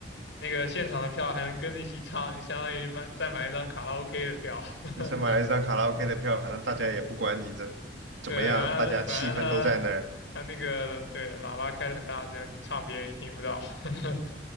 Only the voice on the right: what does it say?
那算买了一张卡拉 OK 的票，反正大家也不管你这怎么样，
大家气氛都在那儿，